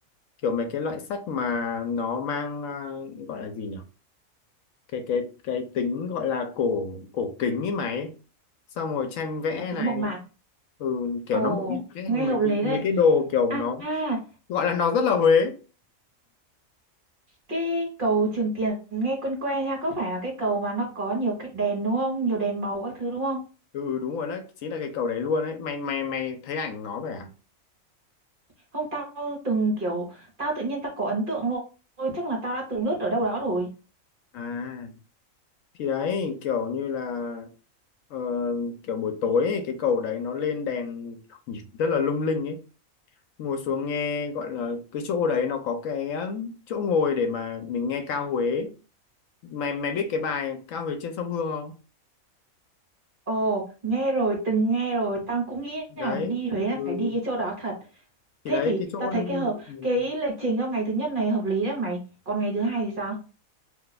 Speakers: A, on the left; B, on the right.
A: kiểu mấy cái loại sách mà nó mang à, gọi là gì nhỉ cái cái cái tính gọi là cổ cổ kính ấy mày xong rồi tranh vẽ
B: cổ kính
A: này
B: mộc mạc
A: ừ, kiểu
B: ồ
A: nó một cái
B: nghe
A: mấy
B: hợp lý
A: cái mấy
B: đấy
A: cái đồ kiểu
B: à
A: nó
B: à,
A: gọi là nó rất là Huế
B: cái cầu Trường Tiền nghe quen quen nha có phải là cái cầu mà nó có nhiều cái đèn đúng không nhiều đèn màu các thứ đúng không
A: ừ đúng rồi đó chính là cái cầu đấy luôn đấy mày mày mày thấy ảnh nó vậy à
B: không tao từng kiểu tao tự nhiên tao có ấn tượng luôn Ôi, chắc là tao đã từng lướt ở đâu đó rồi
A: à thì đấy kiểu như là ờ, kiểu buổi tối ấy, cái cầu đấy nó lên đèn <laughs> nhìn rất là lung linh ấy ngồi xuống nghe gọi là cái chỗ đấy nó có cái um, chỗ ngồi để mà mình nghe ca Huế mày mày biết cái bài ca Huế trên sông Hương không
B: ồ nghe rồi từng nghe rồi tao cũng nghĩ
A: đấy
B: là đi Huế là
A: ừ.
B: phải đi cái chỗ đó thật
A: thì
B: thế
A: đấy
B: thì
A: cái chỗ
B: tao thấy cái hợp
A: ừ.
B: cái lịch trình cho ngày thứ nhất này hợp lý đấy mày còn ngày thứ hai thì sao